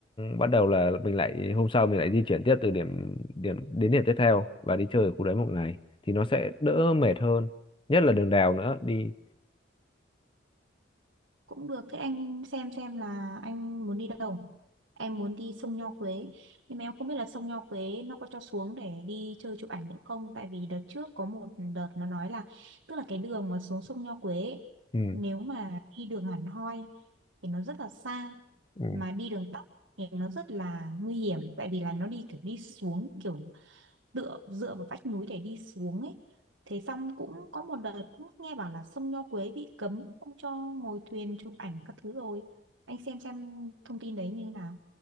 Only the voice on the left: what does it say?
bắt đầu là mình lại hôm sau mình lại di chuyển tiếp từ điểm điểm đến điểm tiếp theo và đi chơi ở khu đấy một ngày thì nó sẽ đỡ mệt hơn nhất là đường đèo nữa đi
ừ.
Ừ.